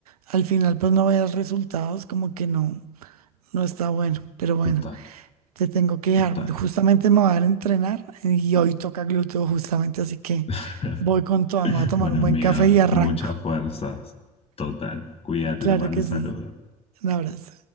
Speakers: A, on the right (about 75°); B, on the left (about 30°).
A: al final pues no veas resultados, como que no, no está bueno. Pero bueno,
B: Total,
A: te tengo que dejar.
B: total.
A: Justamente me voy a dar a entrenar y hoy toca glúteo justamente, así que
B: <laughs>
A: voy con todo. Me voy a tomar
B: bueno,
A: un buen
B: amiga,
A: café y arranco.
B: muchas fuerzas. Total. Cuídate,
A: Claro
B: te mando
A: que
B: un saludo.
A: sí. Un abrazo.